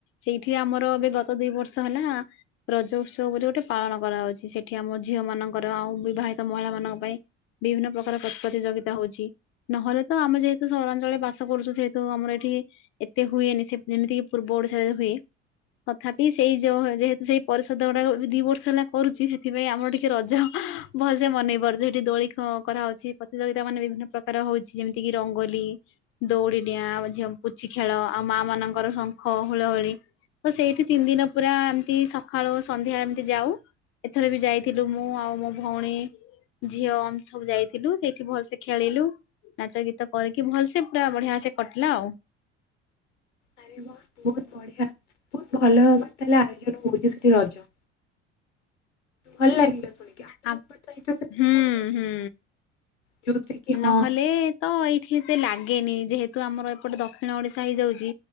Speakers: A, on the left; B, on the left.
A: ସେଇଠି ଆମର
B: ହଁ,
A: ଏବେ ଗତ ଦି ବର୍ଷ ହେଲା ରଜ ଉତ୍ସବ ବୋଲି ଗୋଟେ ପାଳନ କରାଯାଉଚି। ସେଠି ଆମ ଝିଅ ମାନଙ୍କର ଆଉ ବିବାହିତ ମହିଳା ମାନଙ୍କ ପାଇଁ ବିଭିନ୍ନ ପ୍ରକାର ପ୍ରତି ପ୍ରତିଯୋଗିତା ହଉଚି ନହେଲେ ତ ଆମେ ଯେହେତୁ ସହରାଞ୍ଚଳରେ ବାସ କରୁଛୁ ଯେହେତୁ ଆମର ଏଠି ଏତେ ହୁଏନି ସେ ଯେମିତିକ ପୂର୍ବ ଓଡିଶାରେ ହୁଏ। ତଥାପି ସେଇ ଯଉ ଯେହେତୁ ସେଇ ପରିଷଦ ଗୁଡା ଦି ବର୍ଷ ହେଲା କରୁଚି ସେଥିପାଇଁ ଆମର ଟିକେ ରଜ ଭଲସେ ମନେଇ ପାରୁଛୁ। ସେଠି ଦୋଳି କରାହଉଚି, ପ୍ରତିଯୋଗି ବିଭିନ୍ନ ପ୍ରକାର ହଉଚି ଯେମିତିକିି ରଙ୍ଗୋଲି ଦଉଡି ଡିଆଁ ଆମ ଝିଅ ପୁଚି ଖେଳ ଆଉ ମା ମାନ ମାନଙ୍କର ଶଙ୍ଖ ହୁଳ ହୁଳି ତ ସେଇଠି ତିନି ଦିନ ପୁରା ଏମିତି ସକାଳୁ ସନ୍ଧ୍ୟା ଏମିତି ଯାଉ। ଏଥର ବି ଯାଇଥିଲୁ ମୁଁ ଆଉ ମୋ ଭଉଣୀ। ଝିଅ ଆମେ ସବୁ ଯାଇଥିଲୁ ସେଇଠି ଭଲସେ ଖେଳିଲୁ। ନାଚ ଗୀତ କରିକି ଭଲସେ ପୁରା ବଢିଆ ସେ କଟିଲା ଆଉ।
B: ଆରେ ବା ବଢିଆ ବହୁତ ଭଲ ଭାବରେ ହେଲା ଆୟୋଜନ ହଉଚି ସେଠି ରଜ। ଭଲ ଲାଗିଲା ଶୁଣିକି ଆମ
A: ଆ
B: ଏପଟେ ତ ଏଇଟା ସେମିତି
A: ହୁଁ
B: କୌଣସି ଜିନିଷ
A: ହୁଁ।
B: ଯୋଉଥିରେ କି
A: ନହେଲେ
B: ହଁ
A: ତ ଏଇଠି ଏତେ ଲାଗେନି ଯେହେତୁ ଆମର ଏପଟେ ଦକ୍ଷିଣ ଓଡିଶା ହେଇଯାଉଚି